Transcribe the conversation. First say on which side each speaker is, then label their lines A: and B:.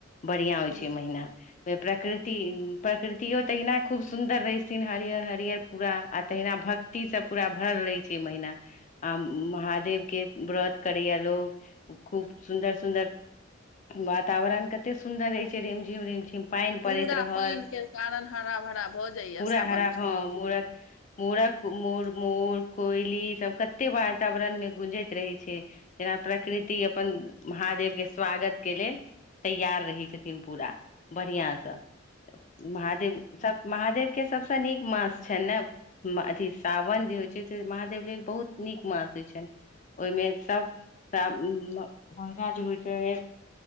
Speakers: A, on the left; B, on the left.
A: बढ़िआं
B: मास
A: होइ छै महिना। प्रकृति प्रकृतियो तहिना खूब सुन्दर रहैथिन, हरियर- हरियर। पूरा, आ तहिना भक्ति सब पूरा भरल रहै छै महिना। आ महादेव के व्रत करैय लोग, खूब सुन्दर- सुन्दर! वातावरण कते सुन्दर रहै छै, रेम झिम -रेम झिम। पानि
B: पूरा
A: पड़ैत रहल,
B: पानि के कारण हरा भरा भऽ जाइया
A: पूरा
B: सावन
A: हरा ह मरत मूड़क म मोर, कोइली, ई सब कते वातावरण मे गूंजैत रहै छै। जेना 'प्रकृति' अपन 'महादेव' के स्वागत के लेल। तैयार रहै छथिन पूरा, बढ़िया से।
B: मे
A: त, महादेव सब महादेव के सबसँ नीक मास छै ने। अथि सावन जे होइ छै से, महादेव लेल बहुत नीक मास होइ छनि। ओहिमे सब महिला जे होइ छै, ओहिमे